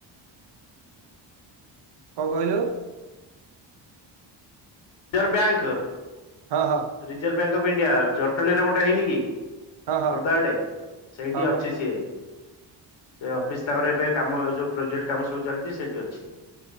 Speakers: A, on the right (about 65°); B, on the left (about 85°).
A: କଁ କହିଲୁ?
B: Reserve bank.
A: ହଁ ହଁ।
B: ରିଜର୍ଭ ବ୍ୟାଙ୍କ ଅଫ୍ ଇଣ୍ଡିଆ ଜଟଣୀରେ ଗୋଟେ ହେଇନି କି।
A: ହଁ ହଁ
B: ଖୋର୍ଦ୍ଧା ଆଡେ, ସେଇଠି
A: ହଁ
B: ଅଛି
A: ହଁ।
B: ସିଏ। ସେ ଅଫିସ
A: ଓହୋ
B: ତାଙ୍କର ଏବେ କାମ ଯୋଉ ପ୍ରୋଜେକ୍ଟ କାମ ସବୁ ଚାଲଚି, ସେଇଠି ଅଛି।